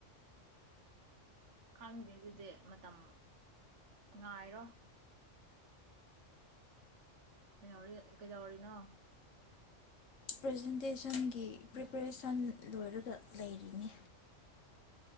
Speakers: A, on the right; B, on the left.
A: ꯈꯪꯗꯦ ꯑꯗꯨꯗꯤ ꯃꯇꯝ ꯉꯥꯏꯔꯣ ꯀꯩꯍꯎꯔꯤ ꯀꯩꯗꯧꯔꯤꯅꯣ
B: ꯄ꯭ꯔꯖꯦꯟꯇꯦꯁꯟꯒꯤ ꯄ꯭ꯔꯤꯄꯔꯦꯁꯟ ꯂꯣꯏꯔꯒ ꯂꯩꯔꯤꯅꯤ